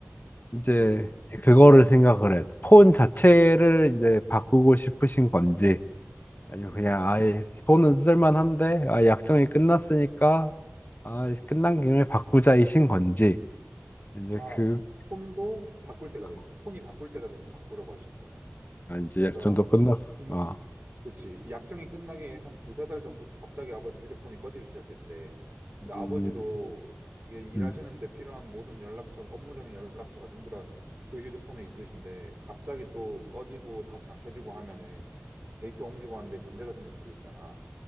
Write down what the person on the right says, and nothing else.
음,
음.
아,
폰도 바꿀 때가 됐어.
폰이 바꿀 때가 돼서 바꾸려고 하시는 거야.
그러니까
이미
그치. 약정이 끝나기 한 두세 달 전부터 갑자기 아버지 휴대폰이 꺼지기 시작했대. 근데 아버지도
이게 일하시는데
필요한 모든 연락처, 업무적인 연락처가 전부 다 그 휴대폰에 있으신데 갑자기 또 꺼지고 다시 안 켜지고 하면은 데이터 옮기고 하는데 문제가 생길 수도 있잖아.